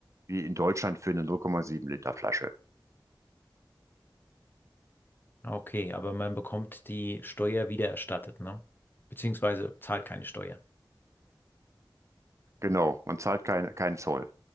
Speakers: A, on the right; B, on the left.
A: wie in Deutschland für eine 0,7 Liter Flasche.
B: Okay, aber man bekommt die Steuer wiedererstattet, ne? Beziehungsweise zahlt keine Steuer.
A: Genau, man zahlt kein, keinen Zoll.